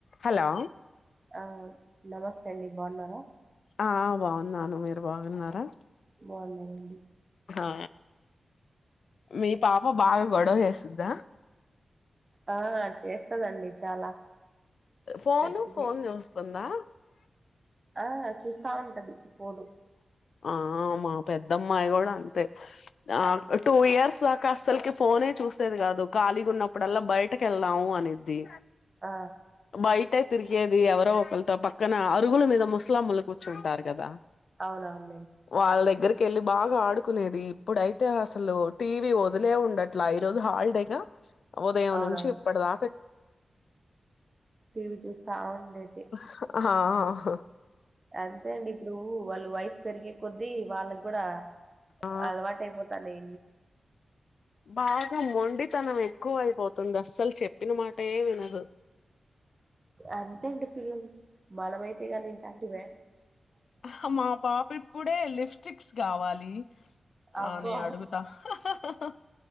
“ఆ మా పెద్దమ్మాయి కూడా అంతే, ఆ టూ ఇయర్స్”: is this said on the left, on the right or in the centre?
Left